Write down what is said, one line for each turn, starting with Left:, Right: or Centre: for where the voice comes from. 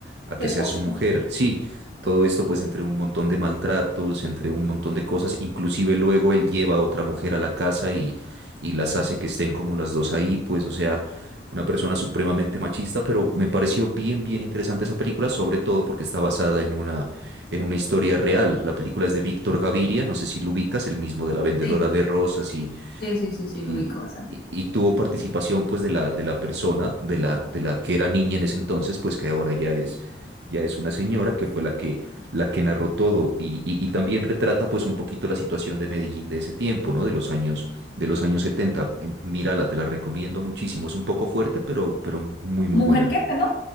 Right: a
Left: Tu
Right: que
Left: esposa.
Right: sea su mujer. Sí, todo esto pues entre un montón de maltratos, entre un montón de cosas, inclusive luego él lleva a otra mujer a la casa y y las hace que estén como las dos ahí, pues o sea, una persona supremamente machista, pero me pareció bien bien interesante esa película, sobre todo porque está basada en una en una historia real. La película es de Víctor Gaviria, no sé si lo ubicas, el mismo de La vendedora
Left: Sí,
Right: de rosas y
Left: sí, sí, sí, sí,
Right: y,
Left: lo ubico bastante.
Right: y- y tuvo participación pues de la, de la persona, de la, de la que era niña en ese entonces, pues que ahora ya es, ya es una señora, que fue la que, la que narró todo y, y- y también retrata pues un poquito la situación de Medellín de ese tiempo, ¿no? De los años, de los años setenta Eh, Mírala, te la recomiendo muchísimo, es un poco fuerte, pero, pero muy, muy
Left: ¿Mujer
Right: buena.
Left: qué, perdón?